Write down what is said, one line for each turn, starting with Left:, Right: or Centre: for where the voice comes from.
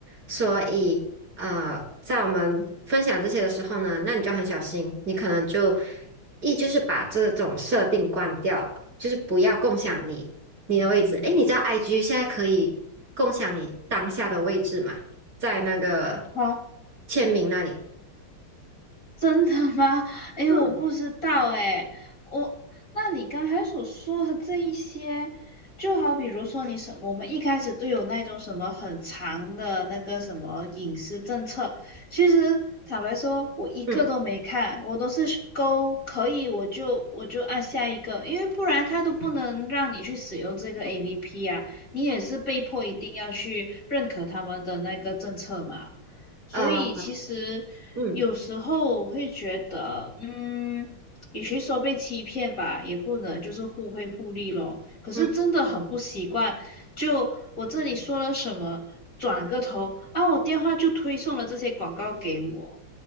Right: 所以呃，在我们分享这些的时候呢，那你就很小心，你可能就一就是把这种设定关掉，就是不要共享你你的位置。诶，你知道 IG 现在可以共享你当下的位置吗？在那个
Left: 啊
Right: 签名那里，
Left: 真的吗？哎，
Right: 嗯
Left: 我不知道哎，我，那你刚才所说的这一些，就好比如说你什，我们一开始都有那种什么很长的那个什么隐私政策，其实坦白说，我一个都没看，
Right: 嗯
Left: 我都是勾可以，我就我就按下一个，因为不然它都不能让你去使用这个 APP 啊，你也是被迫一定要去认可他们的那个政策嘛。所以其实有时候我会觉得，
Right: 呃嗯
Left: 嗯，与其说被欺骗吧，也不能就是互惠互利咯。可是真的很不习惯，
Right: 嗯。
Left: 就我这里说了什么，转个头啊，我电话就推送了这些广告给我。